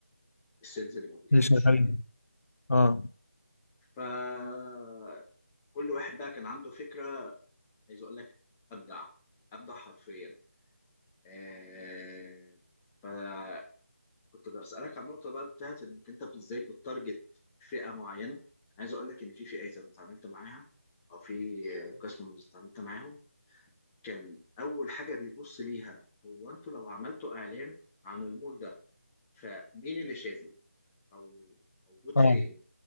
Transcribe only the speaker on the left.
اللي
شغالين
اه
اه